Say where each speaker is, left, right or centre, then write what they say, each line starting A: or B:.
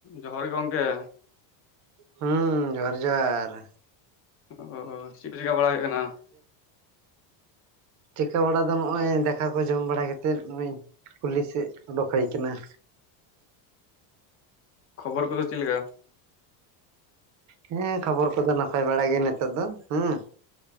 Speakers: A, on the left; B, on the right.
A: ᱡᱚᱦᱟᱨ ᱜᱮ ᱜᱚᱝᱠᱮ ᱾
B: ᱦᱩᱸ ᱡᱚᱦᱟᱨ ᱡᱚᱦᱟᱨ ᱾
A: ᱚ ᱪᱮᱫ ᱠᱚ ᱪᱮᱠᱟ ᱵᱟᱲᱟ ᱦᱩᱭᱩᱜ ᱠᱟᱱᱟ?
B: ᱪᱤᱠᱟᱹᱣ ᱵᱟᱲᱟ ᱫᱚ ᱱᱚᱜᱼᱚᱭ ᱫᱟᱠᱟ ᱠᱚ ᱡᱚᱢ ᱵᱟᱲᱟ ᱠᱟᱛᱮ ᱱᱚᱜ-ᱚᱭ ᱠᱩᱞᱦᱤ ᱥᱮᱫ ᱚᱰᱳᱠ ᱦᱩᱭ ᱠᱟᱱᱟ ᱾
A: ᱠᱷᱚᱵᱚᱨ ᱠᱚᱫᱚ ᱪᱮᱫᱮ ᱞᱮᱠᱟ?
B: ᱦᱮᱸ ᱠᱷᱚᱵᱚᱨ ᱠᱚᱫᱚ ᱱᱟᱯᱟᱭ ᱵᱟᱲᱟ ᱜᱮ ᱱᱤᱛᱳᱜ ᱫᱚ, ᱦᱩᱸ ᱾